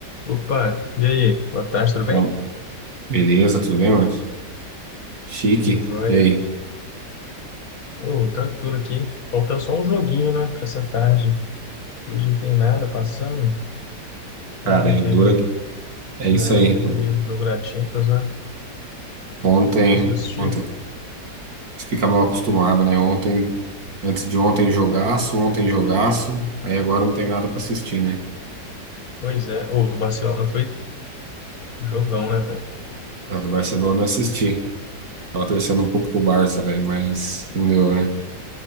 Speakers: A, on the left; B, on the right.
A: Opa, e aí? Boa tarde, tudo bem?
B: Fala, Beleza, tudo bem, mano? Chique.
A: Tudo jóia.
B: E aí?
A: Ô, tranquilo aqui. Falta só um joguinho, né, pra essa tarde. Hoje não tem nada passando.
B: Cara,
A: Ontem
B: é
A: teve
B: dura.
A: o,
B: É
A: né,
B: isso aí.
A: ontem teve o jogo da Champions, né?
B: Ontem,
A: Conseguiu assistir?
B: ontem, fica mal acostumado, né? Ontem, antes de ontem, jogaço, ontem, jogaço. Aí agora não tem nada pra assistir, né?
A: Pois é. Ou do Barcelona foi jogão, né, velho?
B: A do Barcelona eu assisti. Tava torcendo um pouco pro Barça, velho, mas não deu, né?